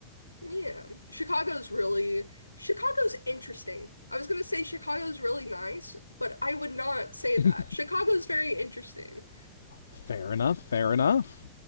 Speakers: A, on the left; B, on the left.
A: Yeah, Chicago's really Chicago's interesting. I was gonna say Chicago's really nice, but I would not say
B: <laughs>
A: that. Chicago's very interesting.
B: fair enough. Fair enough.